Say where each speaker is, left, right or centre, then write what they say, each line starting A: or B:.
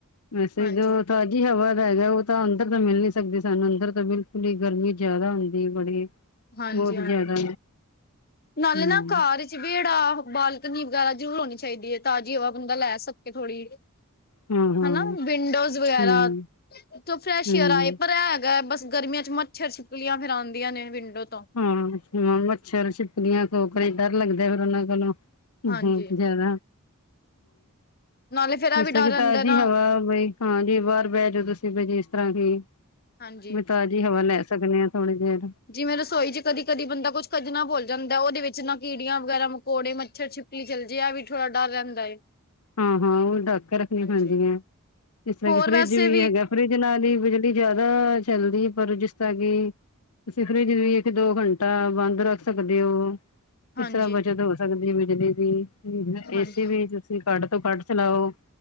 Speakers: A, on the left; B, on the left.
A: ਵੈਸੇ
B: ਹਾਂਜੀ,
A: ਜੋ ਤੁਹਾਡੀ ਹਵਾ ਦਾ ਹੈਗਾ ਉਹ ਤਾਂ ਅੰਦਰ ਤਾਂ ਮਿਲ ਨੀ ਸਕਦੇ ਸਾਨੂੰ, ਅੰਦਰ ਤਾਂ ਬਿਲਕੁਲ ਹੀ ਗਰਮੀ ਜ਼ਿਆਦਾ ਹੁੰਦੀ ਬੜੀ
B: ਹਾਂਜੀ
A: ਬਹੁਤ
B: ਹਾਂ
A: ਜ਼ਿਆਦਾ
B: <unintelligible> ਜੀ। ਨਾਲੇ
A: ਹਮ
B: ਨਾ ਘਰ ਵੇੜਾ, ਬਾਲਕਨੀ ਵਗੈਰਾ ਜ਼ਰੂਰ ਹੋਣੀ ਚਾਹੀਦੀ ਹੈ। ਤਾਜ਼ੀ ਹਵਾ ਬੰਦਾ ਲੈ ਸਕੇ ਥੋੜ੍ਹੀ ਜਹੀ
A: ਹੂੰ-ਹੂੰ,
B: ਹਨਾ, ਵਿੰਡੋਜ਼ ਵਗੈਰਾ
A: ਹੂੰ,
B: ਥੋਂ ਫਰੈਸ਼
A: ਹੂੰ।
B: ਏਅਰ ਆਏ, ਪਰ ਹੈਗਾ ਬਸ ਗਰਮੀਆਂ ਚ ਮੱਛਰ ਛਿਪਕਲੀਆਂ ਫਿਰ ਆਉਂਦੀਆਂ ਨੇ ਵਿੰਡੋ ਤੋਂ
A: ਹਾਂ ਮੱਛਰ ਛਿਪਕਲੀਆਂ ਡਰ ਲੱਗਦਾ ਫਿਰ ਉਹਨਾਂ ਕੋਲੋਂ
B: ਹਾਂਜੀ
A: ਹੂੰਮ ਜ਼ਿਆਦਾ
B: ਨਾਲੇ ਫੇਰ ਇਹ
A: ਜਿਸ
B: ਵੀ ਡਰ
A: ਤਰਾ ਕਿ
B: ਰਹਿੰਦਾ
A: ਤਾਜੀ
B: ਨਾ
A: ਹਵਾ ਬਈ ਹਾਂਜੀ ਬਾਰ ਬੈ ਜਾਓ, ਤੁਸੀਂ ਬ ਜੀ ਇਸ ਤਰ੍ਹਾਂ ਕੀ
B: ਹਾਂਜੀ
A: ਵੀ ਤਾਜ਼ੀ ਹਵਾ ਲੈ ਸਕਨੇ ਆ ਥੋੜੀ ਦੇਰ
B: ਜਿਵੇਂ-ਰਸੋਈ ਚ ਕਦੀ, ਕਦੀ ਬੰਦਾ ਕੁੱਝ ਖਜਣਾ ਭੋਲ ਜਾਂਦੇ ਉਦੇ ਵਿੱਚ ਨਾ ਕੀੜੀਆਂ ਵਗੈਰਾ, ਮਕੌੜੇ, ਮੱਛਰ, ਛਪ ਲੀ ਚਲ ਜੇ ਐ ਵੀ ਥੋੜਾ ਡਰ ਰਹੰਦਾ ਏ
A: ਹਾਂ- ਹਾਂ ਓ ਢੱਕ ਕੇ ਰੱਖਣੀ
B: ਹਾਂਜੀ
A: ਪੈਂਦੀ ਹੈ, ਇਸ ਤਰ੍ਹਾਂ
B: ਹੋਰ
A: ਕਿ ਫਰਿੱਜ
B: ਵੈਸੇ
A: ਵੀ ਹੈਗਾ, ਫਰਿਜ ਜਿਨਾਂ ਦੀ ਬਿਜਲੀ ਜ਼ਿਆਦਾ ਚੱਲਦੀ, ਪਰ ਜਿਸ ਤਰ੍ਹਾਂ ਕਿ ਤੁਸੀਂ ਫਿਰਜ ਵੀ ਇੱਕ- ਦੋ ਘੰਟਾ ਬੰਦ ਰੱਖ ਸਕਦੇ ਹੋ
B: ਹਾਂਜੀ
A: ਇਸ ਤਰਾਂ ਬਚਤ ਹੋ ਸਕਦੀ ਹੈ ਬਿਜਲੀ ਦੀ,
B: ਹਾਂਜੀ
A: ਏਸੀ ਵੀ ਤੁਸੀਂ ਕੱਟ ਤੋਂ ਕੱਟ ਚਲਾਓ